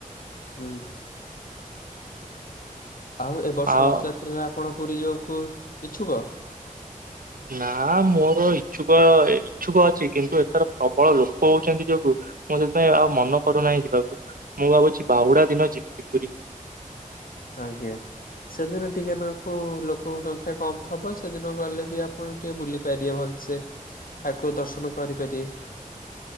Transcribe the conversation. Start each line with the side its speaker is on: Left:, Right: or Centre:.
Left: ହୁଁ। ଆଉ ଏ ବର୍ଷ
Right: ଆଉ
Left: ରଥଯାତ୍ରାରେ ଆପଣ ପୁରୀ ଯିବାକୁ ଇଚ୍ଛୁକ?
Right: ନା ମୋର ଇଚ୍ଛୁକ ଇଚ୍ଛୁକ ଅଛି କିନ୍ତୁ ଏଥର ପ୍ରବଳ ଲୋକ ହଉଛନ୍ତି ଯୋଗୁ ମୁଁ ସେଥିପାଇଁ ଆଉ ମନ କରୁନାହିଁ ଯିବାକୁ ମୁଁ ଭାବୁଛି ବାହୁଡା ଦିନ ଯିବି ପୁରୀ।
Left: ଆଜ୍ଞା। ସେଦିନ ଟିକେ ନାକୁ ଲୋକଙ୍କ ସଂଖ୍ୟା କମ ଥିବ ସେଦିନ ଗଲେ ବି ଆପଣ ଟିକେ ବୁଲି ପାରିବେ ଭଲ ସେ ଠାକୁର ଦର୍ଶନ କରିପାରିବେ